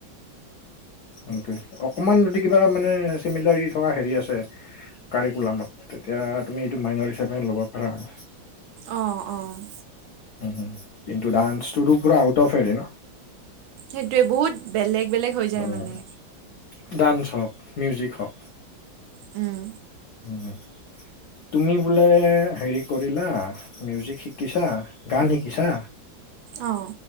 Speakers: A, on the left; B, on the right.
A: এইটোৱে, অকমান যদি কিবা মানে চিমিলাৰিটি থকা হেৰি আছে কাৰিকুলামত তেতিয়া তুমি এইটো মাইনৰ হিচাপে ল'ব পাৰা আৰু।
B: অঁ। অঁ।
A: উম উম কিন্তু ডান্সটোতো পোৰা আউট অফ হেৰি ন।
B: সেইটোৱে বহুত বেলেগ বেলেগ হৈ যায়
A: উম,
B: মানে।
A: ডান্স হওক, মিউজিক হওক
B: উম।
A: উ তুমি বোলে হেৰি কৰিলা মিউজিক শিকিছা, গান শিকিছা?
B: অঁ।